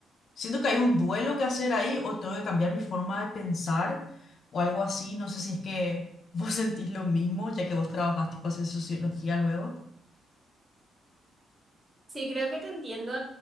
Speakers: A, on the left; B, on the right.
A: siento que hay un duelo que hacer ahí o tengo que cambiar mi forma de pensar o algo así, no sé si es que vos <laughs> sentís lo mismo, ya que vos trabajás tipo hacer sociología luego.
B: Sí, creo que te entiendo